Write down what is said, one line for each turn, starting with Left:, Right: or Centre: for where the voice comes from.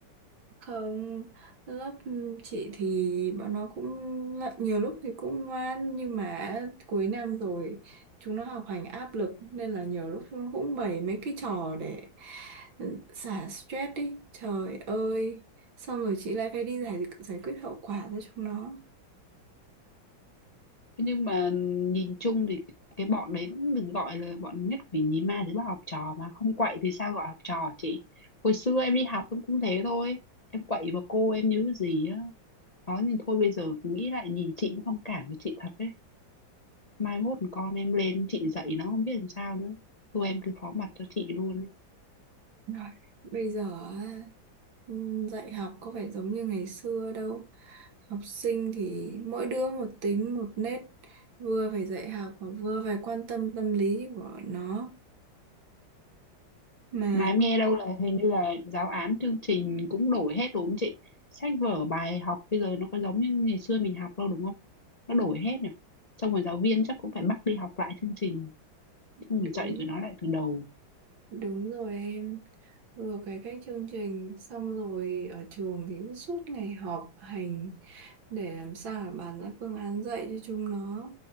Right: Không, lớp chị thì bọn nó cũng ngại- nhiều lúc thì cũng ngoan nhưng mà cuối năm rồi chúng nó học hành áp lực nên là nhiều lúc chúng nó cũng bày mấy cái trò để ừ, xả stress đi. Trời ơi, xong rồi chị lại phải đi giải giải quyết hậu quả cho chúng nó.
Left: nhưng mà nhìn chung thì cái bọn đấy vẫn được gọi là bọn nhất vì nhí ma thứ ba học trò mà không quậy thì sao gọi học trò chị hồi xưa em đi học em cũng thế thôi em quậy bà cô em nhớ gì á đó nhưng thôi bây giờ nghĩ lại nhìn chị cũng thông cảm với chị thật đấy mai mốt con em lên chị dạy nó không biết làm sao nữa thôi em cứ phó mặt cho chị luôn
Right: Rồi, bây giờ á, ừm, dạy học có phải giống như ngày xưa đâu. Học sinh thì mỗi đứa một tính một nết, vừa phải dạy học mà vừa phải quan tâm tâm lý của nó. Mà
Left: mà em nghe đâu là hình như là giáo án chương trình cũng đổi hết đúng không chị sách vở bài học bây giờ nó có giống như ngày xưa mình học đâu đúng không nó đổi hết nhỉ xong rồi giáo viên chắc cũng phải bắt đi học lại chương trình xong
Right: đúng
Left: rồi dạy tụi nó lại từ đầu
Right: đúng rồi em. Vừa cái cái chương trình xong rồi ở trường thì cứ suốt ngày họp hành để làm sao mà bàn ra phương án dạy cho chúng nó